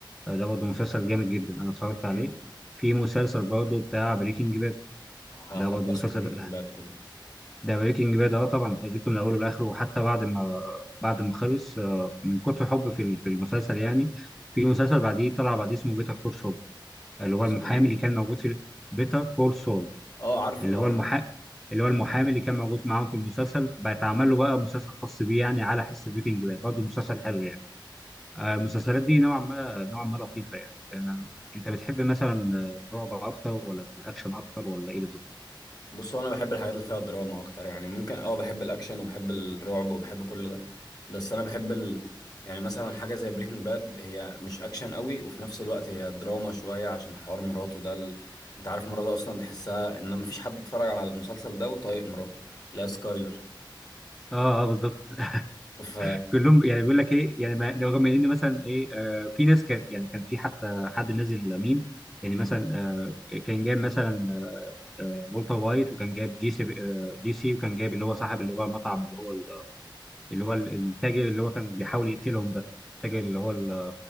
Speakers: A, in the centre; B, on the left (about 50°).
A: آه، ده برضه مسلسل جامد جدا انا اتفرجت عليه
B: امم
A: في مسلسل برضه بتاع بريكنج باد
B: انا
A: ده
B: خلصت
A: برضه مسلسل
B: بريكنج باد كله
A: ده بريكنج باد ده طبعا خليته من اوله لاخره وحتى بعد ما بعد ما خلص آه، من كتر حب في ال- في المسلسل يعني في مسلسل بعديه طلع بعديه اسمه بيتر كول سول اللي هو
B: اسمه
A: المحامي
B: ايه
A: اللي كان موجود في بيتر كول سول
B: اه عارفه
A: اللي
B: ده
A: هو المحا اللي هو المحامي اللي كان موجود معاهم في المسلسل بقى اتعمل له بقى مسلسل خاص بيه يعني على حس بريكنج باد برضه مسلسل حلو يعني آه، المسلسلات دي نوعا ما نوعا ما لطيفة يعني آه، انت بتحب مثلا آه، رعب اكتر ولا الاكشن اكتر ولا ايه بالظبط
B: بص هو انا بحب الحاجات اللي فيها دراما اكتر يعني ممكن اه بحب الاكشن وبحب الرعب وبحب كل ده بس انا بحب ال... يعني مثلا حاجه زي بريكنج باد هي مش اكشن قوي وفي نفس الوقت هي دراما شويه عشان حوار مراته ده ال... انت عارف مراته اصلا تحسها ان مفيش حد اتفرج على المسلسل ده وطايق مراته لا سكايلر
A: اه اه بالظبط
B: ف
A: <laughs> كلهم يعني بيقول لك ايه يعني ما- رغم ان مثلا ايه آه في ناس كانت يعني كان في حتى حد نازل ميم يعني
B: مم.
A: مثلا آه كان جايب مثلا آه والتر وايت وكان جايب جي سي آه جي سي وكان جايب اللي هو صاحب اللي هو مطعم اللي هو ال- اللي هو ال- التاجر اللي هو كان بيحاول يقتلهم ده التاجر اللي هو ال-